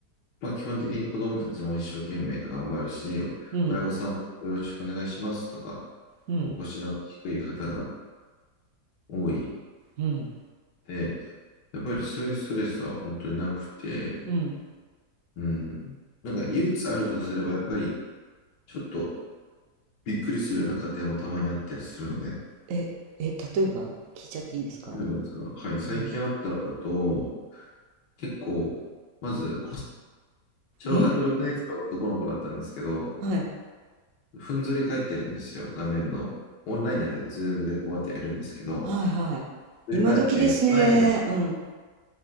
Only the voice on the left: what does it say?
まあ、基本的に子どもたちも一生懸命頑張るし、
親御さんもよろしくお願いしますとか、
お腰の低い方が多い
で、やっぱりそういうストレスは本当になくて、
うん。なんか唯一あるとすれば、やっぱりちょっとびっくりするような家庭もたまにあったりするので、
例えばですか、はい、最近あったのだと、
結構、まず、小学6年生の男の子だったんですけど、
ふんぞり返ってるんですよ、画面の。オンラインなんで、ズームでこうやってやるんですけど、
振り返って、
今日何やん、